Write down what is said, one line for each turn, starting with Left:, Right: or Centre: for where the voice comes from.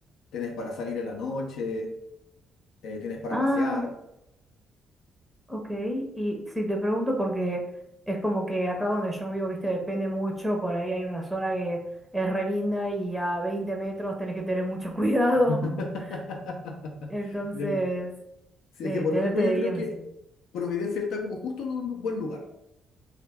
Left: tienes para salir en la noche, eh, tienes para
Centre: ah,
Left: pasear.
Centre: ok. Y si te pregunto porque es como que acá donde yo vivo, viste, depende mucho. Por ahí hay una zona que es re linda y a 20 metros tenés que tener mucho cuidado.
Left: <laughs>
Centre: <laughs> Entonces,
Left: No, yo- sí,
Centre: eh,
Left: es que por
Centre: tenerte
Left: lo mismo yo
Centre: de
Left: creo
Centre: guía
Left: que
Centre: me sirve.
Left: Providencia está como justo en un lu- buen lugar.